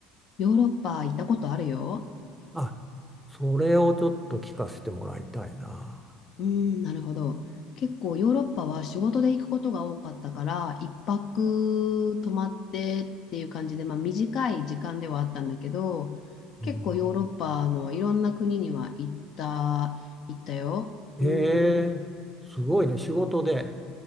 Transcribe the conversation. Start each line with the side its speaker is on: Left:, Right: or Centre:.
Left: ヨーロッパ行ったことあるよ。
Centre: あそれをちょっと聞かせてもらいたいな。
Left: うーん、なるほど。結構ヨーロッパは仕事で行くことが多かったから、一泊泊まってっていう感じで、まあ短い時間ではあったんだけど、
Centre: うん、
Left: 結構ヨーロッパのいろんな国には行った、行ったよ。
Centre: え
Left: うーん
Centre: えすごいね仕事で。